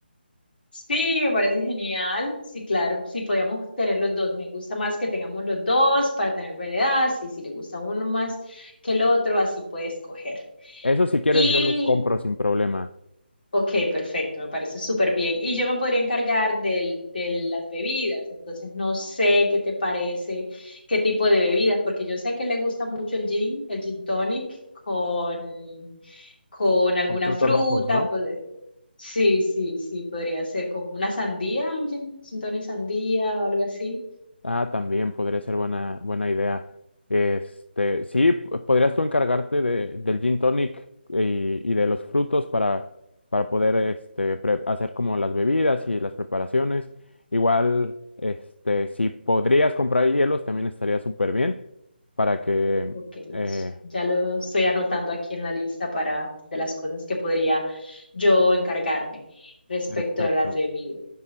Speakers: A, on the left; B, on the left.
A: Sí, me parece genial. Sí, claro. Sí, podíamos tener los dos. Me gusta más que tengamos los dos para tener variedad. Sí, si le gusta uno más que el otro, así puede escoger.
B: Eso si quieres
A: Y,
B: yo los compro sin problema,
A: ok, perfecto. Me parece súper bien. Y yo me podría encargar del, de las bebidas. Entonces, no sé qué te parece, qué tipo de bebidas, porque yo sé que le gusta mucho el gin, el gin tonic con, con alguna
B: con frutos
A: fruta.
B: rojos, ¿no?
A: pues, Sí, sí, sí, podría ser como una sandía, un gin, gin tonic sandía o algo así.
B: Ah, también podría ser buena, buena idea. Este, sí, p- podrías tú encargarte de, del gin tonic y, y de los frutos para, para poder este, pre- hacer como las bebidas y las preparaciones. Igual, este, si podrías comprar hielos, también estaría súper bien para que...
A: Ok,
B: eh,
A: listo. Ya lo estoy anotando aquí en la lista para de las cosas que podría yo encargarme respecto
B: perfecto.
A: a las bebidas.